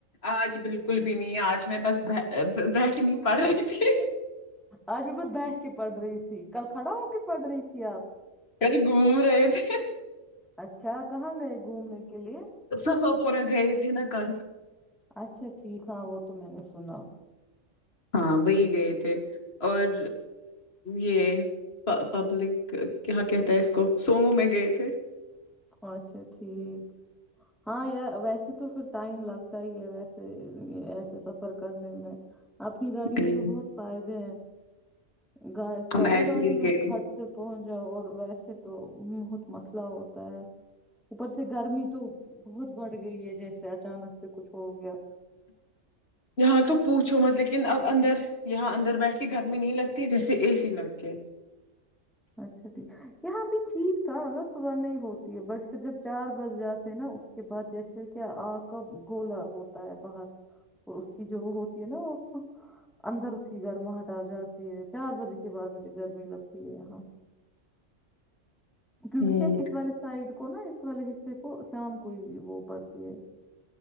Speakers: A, on the left; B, in the centre.
A: آج بالکل بھی نہیں آج میں بس بیٹھ نہیںوں پڑھ رہی تھی
B: آج میں بس بیٹھ کے پڑھ رہی تھی کل کھڑا ہو کے پڑھ رہی تھی آپ
A: کل گھوم رہے تھے
B: اچھا کہاں گئے گھومنے کے لیے
A: سفا پورا گئے تھے نا کل
B: اچھا ٹھیک ہاں وہ تو میں نے شنا
A: ہاں وہی گئے تھے اور یہ پبلک کیا کہتا ہے اس کو سومو میں گئے تھے
B: اچھا ٹھیک ہاں ویسے تو پھر ٹائم لگتا ہی ہے ویسے ایسے سفر کرنے میں اپنی گاڑی
A: نہیں
B: میں تو بہت فائدے ہیں گا
A: ہم
B: چڑھو
A: ایسے
B: گاڑی
A: ہی
B: میں
A: گئے
B: کھٹ سے پہنچ جاؤ اور ویسے تو بہت مسئلہ ہو ہو اوپر سے گرمی تو بہت بڑھ گئی ہے جیسے اچانک سے کچھ ہو گیا
A: یہاں تو پوچھو مت لیکن اب اندر یہاں اندر بیٹھ کے گرمی نہیں لگتی جیسے اے سی لگ کے
B: اچھا ٹھیک یہاں بھی ٹھیک تھا مطلب صبح نہیں ہوتی ہے بٹ پھر جب چار بج جاتے ہیں نا اس کے بعد جیسے کیا آگ کا گولا ہوتا ہے باہر اور اس کی جو ہوتی ہے نا وہ اندر اس کی گرماہٹ آ جاتی ہے چار بجے کے بعد مجھے گرمی لگتی ہے یہاں کیونکہ
A: ہوں
B: شاید اس والے سائڈ کو نا اس والے حصے کو شام کو ہی وہ پڑتی ہے